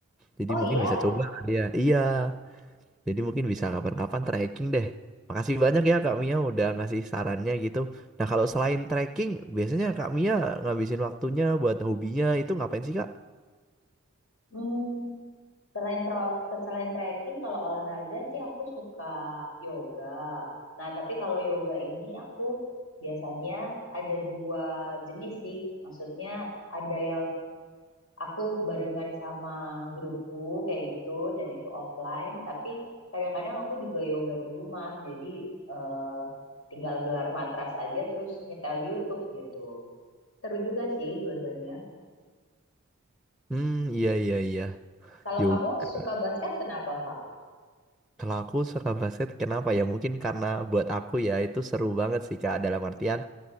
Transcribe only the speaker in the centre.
Jadi
mungkin
bisa coba kali ya. Iya. Jadi mungkin bisa kapan-kapan trekking deh. Makasih banyak ya Kak Mia udah ngasih sarannya gitu. Nah, kalau selain trekking, biasanya Kak Mia ngabisin waktunya buat hobinya itu ngapain sih Kak?
Hmm, iya iya iya.
Yoga.
Kalau aku suka basket, kenapa ya? Mungkin karena buat aku ya itu seru banget sih Kak. Dalam artian